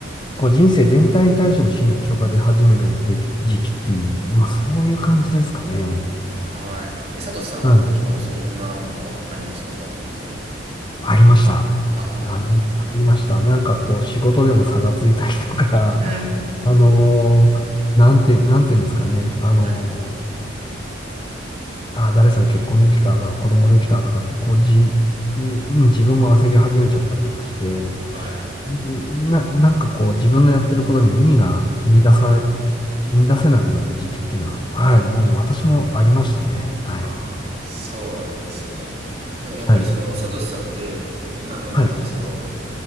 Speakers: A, on the left (about 25°); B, on the right (about 35°).
A: こう人生全体に対しても慎重が出始めるでき時期っていう、まあ、そういう感じですかね。
B: はい。え、サトシさんの時もそんなのはありましたかやっぱり。
A: はい。ありました。
B: あ
A: あり、ありました。なんか、こう、仕事でも差がついたりとか、
B: あ。
A: <laughs> あのーなんて、なんていうんですかね。あのー
B: はい。
A: あ、誰それ結婚できたとか、子供できたとかって、こう、じ、うん、うん自分も焦り始めちゃったりとかして、
B: はい。
A: な、なんかこう、自分のやってることに意味が見出され、見出せなくなった時期っていうのは、はい、もう私もありましたね。はい。
B: ああ、そうなんですね。でもやっぱりその、
A: はい。
B: サトシさんって、今の今までその、
A: はい。